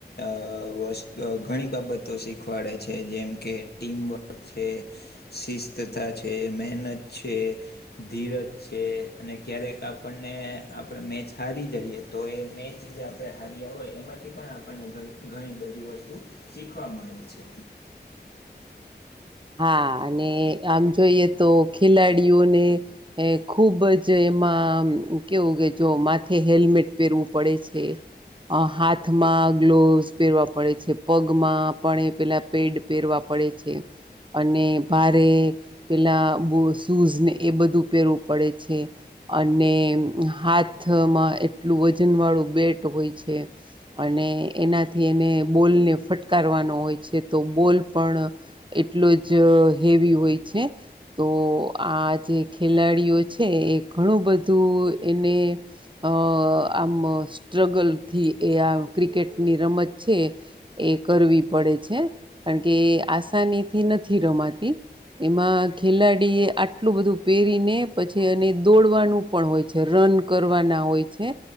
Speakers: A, on the left; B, on the right.
A: અ વ ઘણી બાબતો શીખવાડે છે જેમ કે ટીમવર્ક છે શિસ્તતા છે મહેનત છે ધીરજ છે અને ક્યારેક આપણને આપણે મેચ હારી જઈએ તો એ મેચ જે આપણે હાર્યા હોય એમાં પણ આપણને ઘણી ઘણી બધી વસ્તુ શીખવા મળે છે
B: હા અને આમ જોઈએ તો ખેલાડીઓને એ ખુબ જ એમાં કેવું કે જો માથે તે હેલ્મેટ પહેરવું પડે છે. અ હાથમાં ગ્લોવસ પહેરવા પડે છે પગમાં પણ એ પેલા પેડ પેરવા પડે છે અને ભારે પેલા બ શૂઝ ને એ બધું પેરવું પડે છે. અને હાથમાં એટલું વજન વાળું બેટ હોય છે. અને એનાથી એને બોલને ફટકારવાનો હોય છે તો બોલ પણ એટલો જ હેવી હોય છે તો આ જે ખેલાડીઓ છે એ ઘણું બધું એને અ આમ સ્ટ્રગલથી એ આ ક્રિકેટની રમત છે એ કરવી પડે છે કારણ કે આસાનીથી નથી રમાતી એમાં ખેલાડી એ આટલું બધું પહેરીને પછી એને દોડવાનું પણ હોય છે રન કરવાના હોય છે